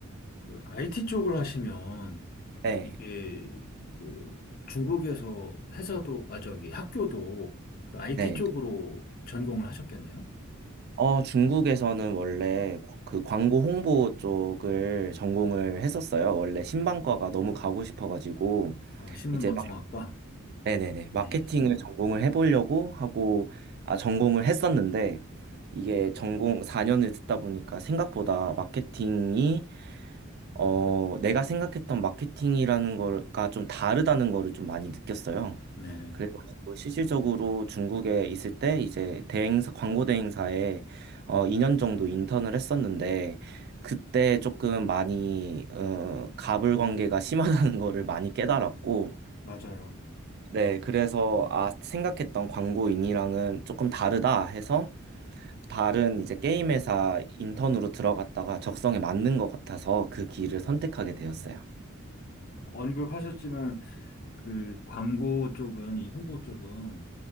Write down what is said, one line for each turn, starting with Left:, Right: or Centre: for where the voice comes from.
Left: 그 IT 쪽을 하시면
Right: 네,
Left: 이게 그 중국에서 회사도 아 저기 학교도 그 IT
Right: 네.
Left: 쪽으로 전공을 하셨겠네요.
Right: 어, 중국에서는 원래 고- 그 광고 홍보 쪽을 전공을 했었어요. 원래 신방과가 너무 가고 싶어가지고
Left: 어, 신문방송학과.
Right: 이제 네네네.
Left: 네.
Right: 마케팅을 전공을 해보려고 하고, 아, 전공을 했었는데, 이게 전공 4년을 듣다 보니까 생각보다 마케팅이, 어, 내가 생각했던 마케팅이라는 거가 좀 다르다는 거를 좀 많이 느꼈어요.
Left: 네.
Right: 그래가지고 실질적으로 중국에 있을 때 이제 대행사, 광고 대행사에 어, 2년 정도 인턴을 했었는데, 그때 조금 많이, 어, 갑을 관계가 심하다는 거를 많이 깨달았고,
Left: 맞아요.
Right: 네, 그래서 아, 생각했던 광고인이랑은 조금 다르다 해서 다른 이제 게임 회사 인턴으로 들어갔다가 적성에 맞는 것 같아서 그 길을 선택하게 되었어요.
Left: 음, 언급하셨지만 그 광고 쪽은 이 홍보 쪽은